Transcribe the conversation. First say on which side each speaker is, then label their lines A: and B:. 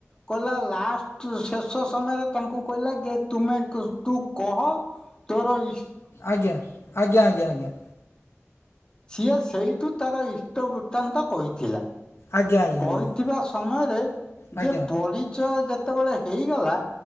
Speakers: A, on the left; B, on the left.
A: କହିଲା ଲାଷ୍ଟ ଶେଷ ସମୟରେ ତାଙ୍କୁ କହିଲା ଯେ ତୁମେ ତୁ କହ ତୋର ଇ
B: ଆଜ୍ଞା ଆଜ୍ଞା ଆଜ୍ଞା ଆଜ୍ଞା।
A: ସିଏ ସେଇଠୁ ତାର ଇଷ୍ଟ ବୃତ୍ତାନ୍ତ କହିଥିଲା।
B: ଆଜ୍ଞା ଆଜ୍ଞା।
A: କହିଥିବା ସମୟରେ
B: ଆଜ୍ଞା
A: ଯେ ପରିଚୟ ଯେତେବେଳେ ହେଇଗଲା।